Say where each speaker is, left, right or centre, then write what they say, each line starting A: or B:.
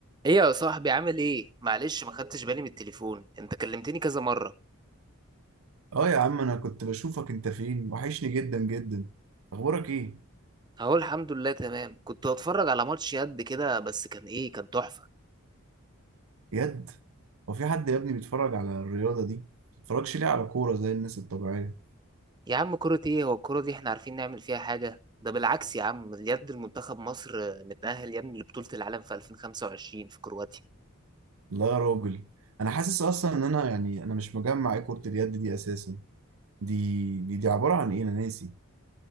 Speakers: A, on the right; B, on the right.
A: ايه يا صاحبي عامل ايه معلش ما خدتش بالي من التليفون انت كلمتني كذا مره
B: اه يا عم انا كنت بشوفك انت فين وحشني جدا جدا اخبارك ايه
A: اهو الحمد لله تمام كنت بتفرج على ماتش يد كده بس كان ايه كان تحفه
B: يد هو في حد يا ابني بيتفرج على الرياضه دي ما بتتفرجش ليه على كوره زي الناس الطبيعيه
A: يا عم كرة ايه هو الكرة دي احنا عارفين نعمل فيها حاجه ده بالعكس يا عم اليد المنتخب مصر متأهل يا ابني لبطولة العالم في 2025 في كرواتيا
B: لا يا راجل انا حاسس اصلا ان انا يعني انا مش مجمع ايه كره اليد دي اساسا دي دي دي عباره عن ايه انا ناسي